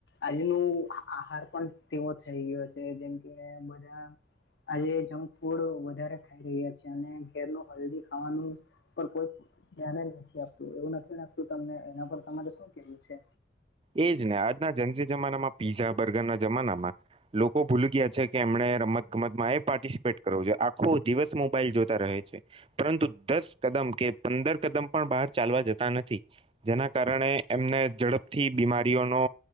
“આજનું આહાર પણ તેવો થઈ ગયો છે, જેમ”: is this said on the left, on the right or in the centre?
Left